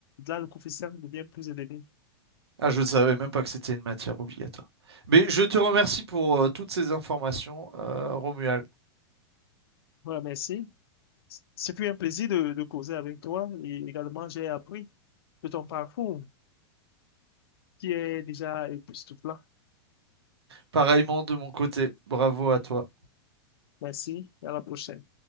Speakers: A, on the left; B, on the right.
A: Là, le coefficient devient plus élevé.
B: ah, je ne savais même pas que c'était une matière obligatoire. Mais je te remercie pour euh, toutes ces informations, euh, Romuald.
A: Voilà, merci. C'est plus un plaisir de, de causer avec toi et également j'ai appris de ton parcours qui est déjà époustouflant.
B: Pareillement de mon côté, bravo à toi.
A: Merci et à la prochaine.